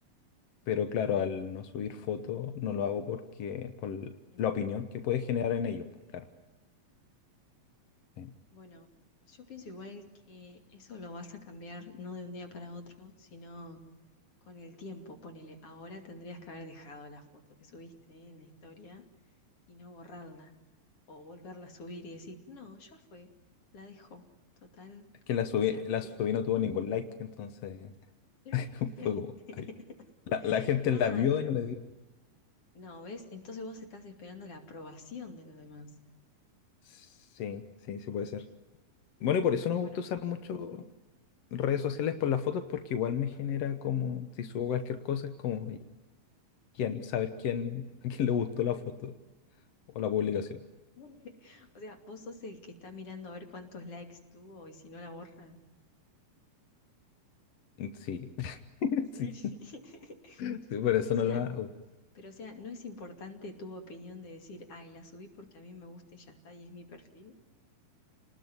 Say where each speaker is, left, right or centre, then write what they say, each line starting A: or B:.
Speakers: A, on the left; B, on the left.
A: pero claro, al no subir fotos no lo hago porque por
B: no
A: la
B: importa.
A: opinión que puede generar en ellos, pues, claro. Eh,
B: Bueno, yo pienso igual que eso lo vas a cambiar no de un día para otro, sino con el tiempo. Ponele, ahora tendrías que haber dejado la foto que subiste en la historia y no borrarla o volverla a subir y decir, no, ya fue, la dejo, total. O
A: Es que la subí,
B: sea, aquí.
A: la subí no tuvo ningún like, entonces
B: <laughs>
A: <laughs> fue como, ay, La, la gente
B: Ah,
A: la vio
B: pero
A: y no le dio.
B: no, ¿ves? Entonces vos estás esperando la aprobación de los demás.
A: Sí, sí, sí puede ser. Bueno, y por eso
B: Bueno,
A: no me gusta usar mucho redes sociales por las fotos, porque igual me genera como, si subo cualquier cosa, es como, ¿y ¿quién? Saber quién, a quién le gustó la foto o la publicación.
B: <laughs> o sea, vos sos el que está mirando a ver cuántos likes tuvo y si no la borra.
A: Mm, Sí, <laughs>
B: Sí,
A: sí,
B: <laughs>
A: sí, por eso
B: Pero o
A: no
B: sea,
A: lo hago.
B: pero o sea, no es importante tu opinión de decir, ay, la subí porque a mí me gusta y ya está y es mi perfil.